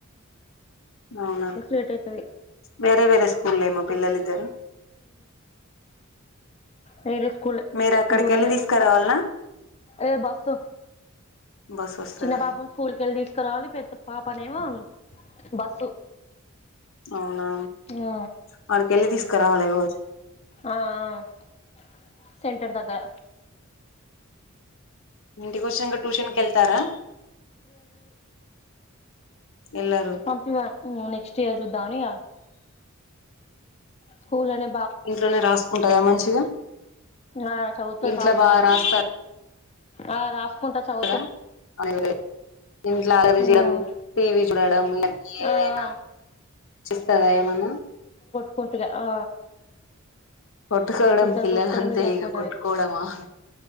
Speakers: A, on the left (about 65°); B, on the left (about 30°).
A: అవునా
B: లేట్ అయితది
A: వేరే వేరస్ స్కూల్ ఏమో పిల్లలు ఇద్దరు
B: మీరు కులే
A: మీరు అక్కడికి
B: దూరమే
A: వెళ్ళి తీసుకురావాలనా
B: ఏ బస్
A: బస్సు వస్తదా
B: చిన్న బాబు స్కూల్ కెళ్ళి తీస్ ఇక్క రాలి పెద్ద పాపనేేమో బస్సు
A: అవునా
B: ఆ
A: వాళ్ళకి వెళ్ళి తీసుకు క్కరాలే రోజ్
B: ఆ అ సెంటర్ దగ్గర
A: ఇంటికి వచ్చినంక ట్యూషన్ కి వెళ్తారా వెళ్ళరు
B: పంపిమ నెక్స్ట్ ఇయర్ జుద్దమనియగ స్కూల్ అనే
A: ఇంట్లోనే రాసుకుంటాయా మంచిగా
B: ఆ చదువుతాది
A: ఇంట్లో
B: పాప
A: బాగా
B: బానే
A: రాస్తారు
B: ఆ రాస్ పుంత చౌ
A: అ ఇంట్లో అల్లరిచేయడం
B: మ్మ్
A: టీవీ చూడడం ఇ ఏదైనా
B: ఆ
A: చ్చిత్తదా ఏమన్నా
B: కుట్టుద ఆ
A: కొట్టుకోవడం
B: ఇద్దరు
A: పిల్లలంతే
B: కొట్టుకోవడమే సరిపోతది
A: ఇక కొట్టుకోవడం ఆ